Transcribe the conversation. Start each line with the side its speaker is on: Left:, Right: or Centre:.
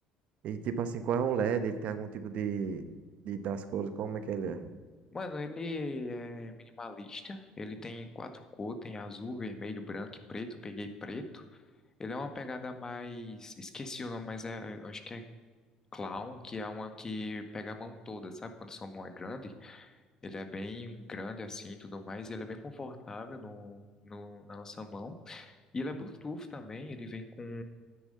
Right: E tipo assim, qual é o LED? Ele tem algum tipo de, de das cores, como é que ele é?
Left: mano, ele é minimalista. Ele tem quatro cores, tem azul, vermelho, branco e preto. Peguei preto. Ele é uma pegada mais, esqueci o nome, mas é, eu acho que é Clown, que é uma que pega a mão toda, sabe? Quando sua mão é grande, ele é bem grande assim, e tudo mais. Ele é bem confortável no, no, na nossa mão. E ele é Bluetooth também, ele vem com